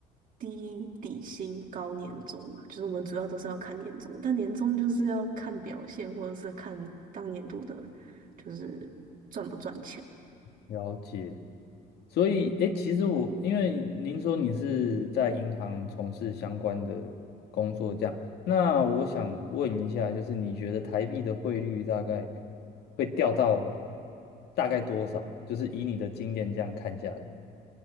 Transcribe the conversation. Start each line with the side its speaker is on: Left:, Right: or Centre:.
Right: 低底薪高年终嘛，就是我们主要都是要看年终，但年终就是要看表现，或者是看当年度的，就是赚不赚钱。
Left: 了解。所以，诶，其实我因为您说你是在银行从事相关的工作，这样，那我想问一下，就是你觉得台币的汇率大概会掉到大概多少？就是以你的经验这样看下来，